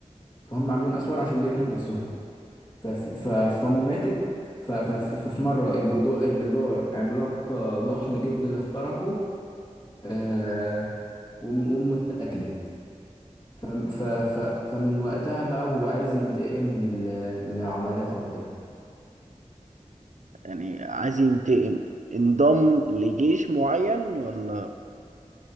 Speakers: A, on the left; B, on the right.
A: فهم عاملين أسوار عشان بيحموا نفسهم فف- ف- فأمه ماتت ف- فف- ففي مرة الجدار الجدار عملاق آه، ضخم جدا اخترقه آه، وأم- وأمه اتاكلت ف- ف- ف- فمن وقتها بقى وهو عايز ينتقم من ال- من العمالقة وكده
B: يعني عايز ينتقم انضم لجيش معين ولا